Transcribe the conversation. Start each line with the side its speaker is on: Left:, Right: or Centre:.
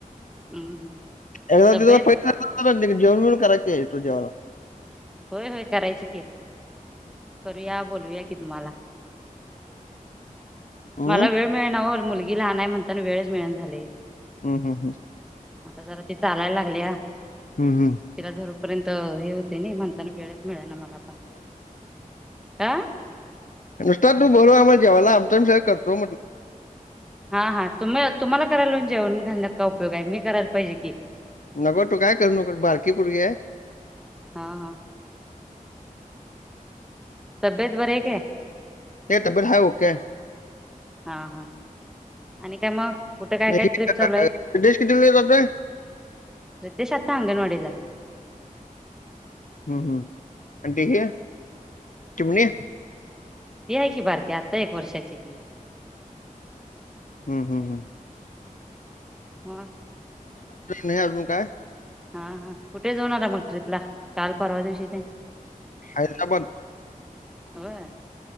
Centre: हम्म हम्म.
Left: ए
Centre: तब्येत
Left: पै <unintelligible> जेवण बिवन करा की येतो जेवायला
Centre: होय होय करायचं की करूया बोलवूया कि तुम्हाला
Left: हम्म
Centre: मला वेळ मिळणा ओ मुलगी लहान आहे म्हणताना वेळच मिळना झालंय
Left: हम् हम् हम्.
Centre: आता जरा ति चालायला लागल्या
Left: हम्म हम्म
Centre: तिला धरूपर्यंत हे होते नाही म्हणताना वेळच मिळे ना मला पण आ.
Left: नुसता तू बोलव आम्हाला जेवायला आमचं आमी सगळं करतो
Centre: हा हा तुम्ही तुम्हाला करायला लावून जेवन घालण्यात काय उपयोग आहे मी करायला पाहिजे की
Left: नको तू काय करु नकोस बारकी पुरगी हाय
Centre: हा हा तब्येत बरी आहे काय
Left: ए तब्बेत हाय ओके हाय
Centre: हा हा आणि काय मग कुठे
Left: आहे
Centre: काय काय ट्रिप चालू आहेत
Left: किती जातोय
Centre: रितेश आता अंगणवाडी ला
Left: हम्म हम्म आणि हे चिमणी
Centre: ती आहे कि बारकी आत्ता एक वर्षाची ती
Left: हम्म हम् हम्.
Centre: हो.
Left: हे अजून काय?
Centre: हा हा कुठे जाऊन आ मग ट्रिप ला काल परवा दिवशी ते?
Left: हैदराबाद.
Centre: होय.